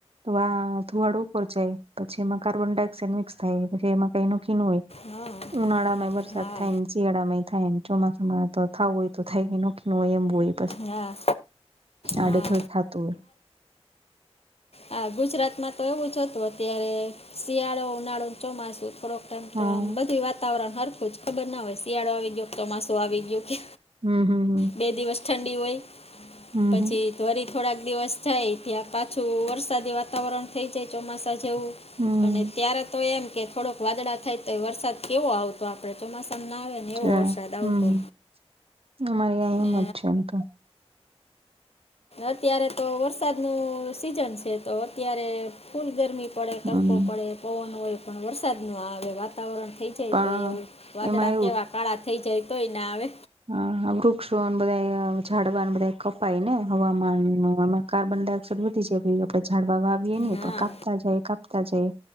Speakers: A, on the right; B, on the left.
A: તો આ ધુવાડું ઉપર જાય પછી એમાં કાર્બન ડાયોક્સાઇડ મિક્સ થાય પછી એમાં ક ન કી ન હોય
B: હા
A: ઉનાળા માં વરસાદ
B: હા
A: થાય ને શિયાળામાંય થાય એમ ચોમાસામાં તો થાવું હોય તો થાય કે નોખ ન હોય એમ હોય
B: હા
A: સાડેથર
B: હા
A: થાતુંર
B: હા ગુજરાતમાં તો એવું જ હતું અત્યારે શિયાળો ઉનાળો ન ચોમાસું થોડુંક મ
A: હા
B: તો આમ બધું વાતાવરણ હરખું જ ખબર ના હોય શિયાળો આવી ગયો તો માસું આવી ગયું કે
A: હમ હમ હમ
B: બે દિવસ ઠંડી હોય
A: હમ
B: પછી તોરી થોડાક દિવસ જાય ત્યાં પાછું વરસાદી વાતાવરણ થઈ જાય ચોમાસા જેવું
A: હમ
B: અને ત્યારે તો એમ કે થોડોક વાદળા થાય તો વરસાદ કેવો આવતો આપણે ચોમાસાું ના આવે અને એવો
A: હમ
B: વરસાદ આવતો
A: હમ અમારે અહી
B: ને
A: એમ જ છે એમ તો
B: અત્યારે તો વરસાદનું સીઝન છે તો અત્યારે ફૂલ ગરમી પડે
A: હમ
B: તડકો પડે પવન હોય પણ વરસાદ ન આવે વાત વાતાવરણ થઈ જાય
A: પણ
B: તો હોય એવું વાદળા
A: એમાં
B: કેવા કાળા થઈ જાય તો હોય આવે
A: હા વૃક્ષો બધા ઝાડવા બધા કપાય ને હવામાનમાં કાર્બન ડાયોક્સાઈડ વધી જાય આપણેે ઝાડવા વાવીએ નહીં
B: હા
A: પણ કાપતાં જાય કા તા જઈએ